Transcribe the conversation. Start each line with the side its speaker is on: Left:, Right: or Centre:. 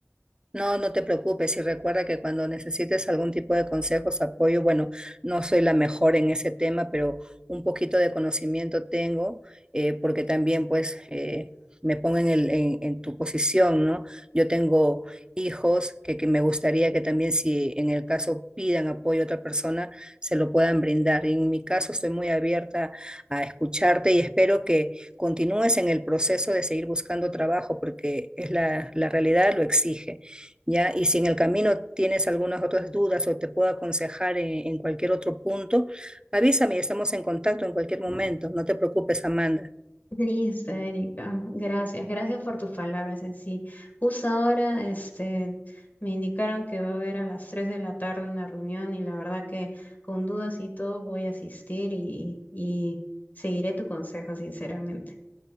Right: No, no te preocupes y recuerda que cuando necesites algún tipo de consejos, apoyo, bueno, no soy la mejor en ese tema, pero un poquito de conocimiento tengo, eh, porque también pues eh, me pongo en el- en- en tu posición, ¿no? Yo tengo hijos que, que me gustaría que también si en el caso pidan apoyo a otra persona, se lo puedan brindar. Y en mi caso estoy muy abierta a escucharte y espero que continúes en el proceso de seguir buscando trabajo, porque es la la realidad lo exige. ¿ya? Y si en el camino tienes algunas otras dudas o te puedo aconsejar en, en cualquier otro punto, avísame y estamos en contacto en cualquier momento. No te preocupes, Amanda.
Left: <laughs> Listo, Erika. Gracias, gracias por tus palabras en sí. Justo ahora, este, me indicaron que va a haber a las 3 de la tarde una reunión y la verdad que con dudas y todo voy a asistir y, y seguiré tu consejo, sinceramente.